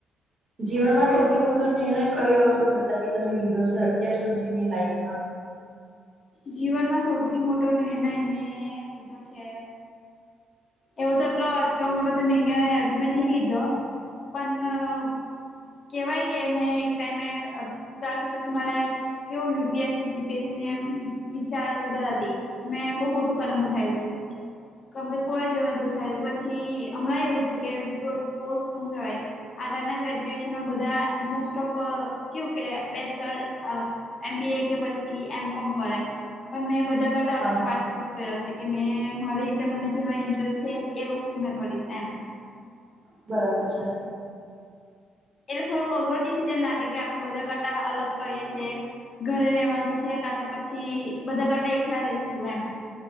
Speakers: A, on the right; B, on the left.
A: જીવનમાં સૌથી મોટો નિર્ણય કયો મતલબ કે તમે લીધો છે અત્યાર સુધીની લાઈફમાં.
B: જીવનમાં સૌથી મોટો નિર્ણય મેં લીધો છે. એવો તો આટલો આટલો મોરો તો અયા હજુ મે નહીં લીધો. પણ. કેવાય કે મેં એક ટાઈમે ચાલ તો પછી મારે. કેવું યુપીએસસી જીપીએસસી ને. વિચાર વધારા હતી એ મેં બહુ મોટું કદમ
A: હા
B: ઉઠાવું હતું. કેમ કે કોઈ જેવું નતું થાય પછી હમણાં એવું છે કે ર કહેવાય. આગળના ગ્રેજ્યુએશનમાં બધા મોસ્ટ ઓફ કું કે બેસ્ટર. એમ બી એ કે પછી એમ કોમ કરે પણ મેં બધા કરતા અલગ
A: હા
B: પા. ્યો છે કે મેં મારી રીતે મને જેવા ઇન્ટરેસ્ટ છે એ વસ્તુ મે કરીશ એમ.
A: બરાબર છે.
B: એટલે થોડોક અઘરો ડિસિઝન લાગે કે આપડે બધા કરતા અલગ કરીએ છીએ. ઘરે રેવાનું છે કા તો પછી બધા કાંટા એકલા રહીશું એમ.